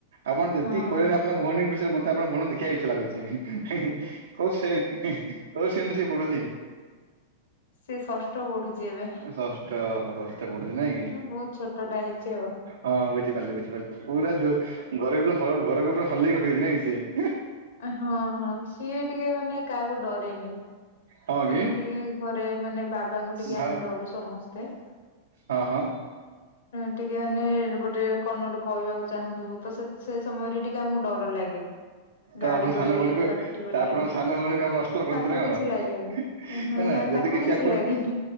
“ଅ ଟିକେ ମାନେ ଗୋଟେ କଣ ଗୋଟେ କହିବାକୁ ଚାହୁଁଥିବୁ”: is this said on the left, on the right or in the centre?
Left